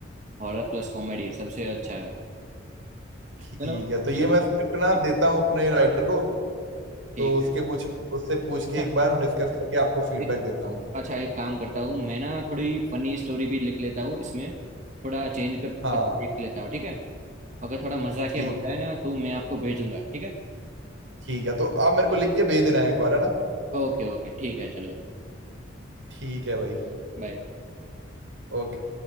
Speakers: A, on the right; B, on the right.
A: हॉरर प्लस कॉमेडी सबसे अच्छा है
B: ठीक
A: चलो ठीक
B: है तो ये मैं
A: है
B: स्क्रिप्ट ना देता हूँ अपने राइटर को
A: ठीक
B: तो उसके
A: है
B: पूछ उससे पूछ
A: अच्छा
B: के एक बार डिस्कस करके आपको फीडबैक
A: एक
B: देता हूँ
A: अच्छा, एक काम करता हूँ मैं ना थोड़ी फनी स्टोरी भी लिख लेता हूँ इसमें थोड़ा चेंज कर कर
B: हाँ
A: देख लेता हूँ ठीक है अगर थोड़ा मजाकिया
B: ठीक
A: हो जाए ना तो मैं आपको भेजूंगा ठीक है
B: ठीक है तो आप मेरे को लिख के भेज देना है एक बार है ना
A: ओके ओके ठीक है चलो
B: ठीक है भाई
A: बाय
B: ओके